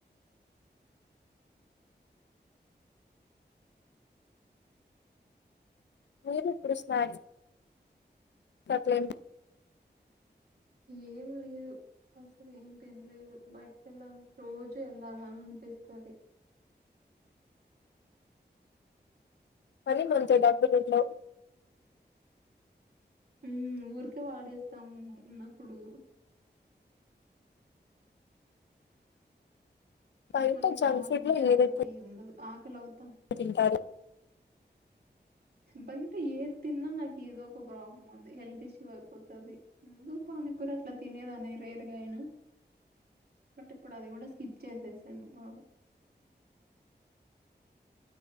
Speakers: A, on the left; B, on the right.
A: మీరు ఇప్పుడు స్నాక్స్ నా ఫ్రెండ్
B: ఏం లేదు అసలు ఏం తినలేదు బయటికి వెళ్ళాలంటే రోజు వెళ్ళాలీ అం పిస్తది
A: పని మంచిగ డబ్బులుండవ్
B: ఉ ఊరికే వాడేస్తాము ఉన్నప్పుడు
A: బయట
B: మళ్ళీ
A: జంక్
B: కావాలంటే
A: ఫుడ్ లో
B: అప్పటికి
A: ఏదైతే
B: ఉండదు ఆకలి అవుతాం
A: తింటారు
B: బయట ఏ తిన్నా నాకు ఏదో ఒక ప్రాబ్లం ఉంది హెల్త్ ఇష్యూ అయిపోతది ముందు ప మణిపుర్ అట్ల తినేదానే రేరుగాయినా
A: అ
B: బట్ ఇప్పుడు అది కూడా స్కిప్ చేసేసాను మామ